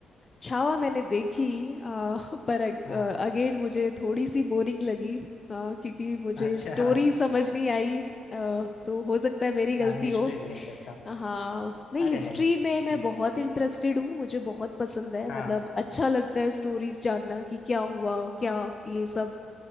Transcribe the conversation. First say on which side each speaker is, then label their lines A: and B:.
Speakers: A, on the left (about 25°); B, on the left (about 55°).
A: छावा मैंने देखी अ, पर अगेन
B: हाँ
A: मुझे थोड़ी सी बोरिंग लगी अ, क्योंकि मुझे
B: अच्छा
A: स्टोरी समझ नहीं आई अ, तो हो सकता है मेरी गलती
B: हाँ हिस्ट्री
A: हो
B: रिलेटेड था
A: हाँ नहीं
B: अरे
A: हिस्ट्री
B: नहीं
A: में मैं बहुत इंटरेस्टेड हूँ मुझे बहुत पसंद है
B: हाँ
A: मतलब अच्छा लगता है स्टोरीज जानना कि क्या हुआ क्या ये सब